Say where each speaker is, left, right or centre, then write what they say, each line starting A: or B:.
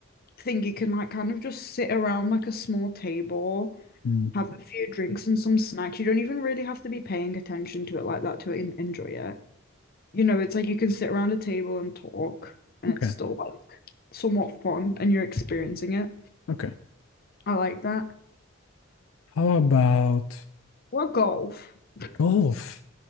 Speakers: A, on the left; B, on the left.
A: I think you can like kind of just sit around like a small table,
B: Mm,
A: have a few drinks and some snacks. You don't even really have to be paying attention to it like that to en- enjoy it. you know, it's like you can sit around a table and talk, and
B: okay,
A: it's still like somewhat fun, and you're experiencing it.
B: okay.
A: I like that.
B: How about
A: Or golf. <laughs>
B: Golf.